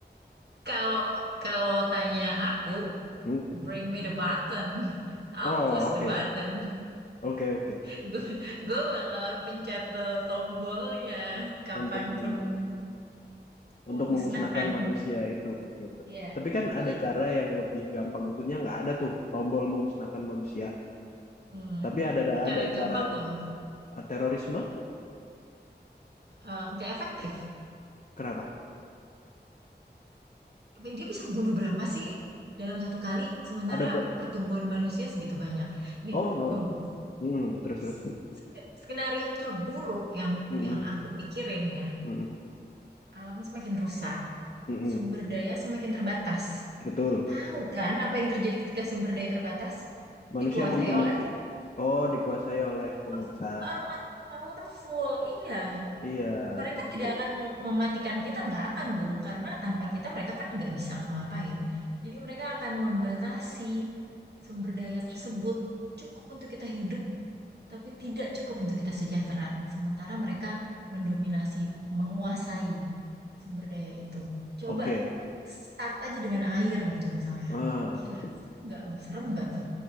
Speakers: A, on the right (about 70°); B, on the left (about 45°).
A: kalau kalau tanya aku,
B: Hmm.
A: bring me the button. <laughs> I'll
B: Oh,
A: push
B: oke.
A: the button.
B: Oke, oke.
A: <laughs> Gue gue bakalan pencet tuh tombolnya kapanpun
B: Untuk mem-
A: memusnahkan.
B: untuk memusnahkan manusia itu gitu.
A: Iya,
B: Tapi kan ada
A: iya.
B: cara yang lebih gampang, maksudnya nggak ada tuh tombol memusnahkan manusia.
A: Hmm.
B: Tapi ada ada,
A: Cara
B: ada
A: yang
B: cara
A: gampang tuh, Bang.
B: eh, terorisme,
A: eh, nggak efektif.
B: kenapa?
A: Dia bisa bunuh berapa sih dalam satu kali? Sementara
B: Ada be-
A: pertumbuhan manusia segitu banyak. Nih,
B: oh no
A: Gong.
B: no, Mm, terus terus,
A: S- Skenario terburuk yang
B: Mm-mm,
A: yang aku pikirin ya,
B: mm-mm,
A: alam semakin rusak,
B: mm-mm.
A: sumber daya semakin terbatas.
B: betul.
A: Tahu kan apa yang terjadi ketika sumber daya terbatas?
B: Manusia
A: Dikuasai
B: membunuh
A: oleh
B: diri. Oh dikuasai oleh
A: dikuasai
B: penguasa.
A: oleh orang-orang yang powerful. Iya,
B: Iya
A: mereka
B: betul.
A: tidak akan mem- mematikan kita, nggak akan Gung, karena tanpa kita mereka kan nggak bisa ngapa-ngapain. Jadi mereka akan membatasi sumber daya tersebut cukup untuk kita hidup tapi tidak cukup untuk kita sejahtera. Sementara mereka mendominasi, menguasai sumber daya itu. Coba
B: Oke.
A: start aja dengan air gitu misalnya.
B: Ah,
A: Gila, serem nggak loh? Serem nggak tuh?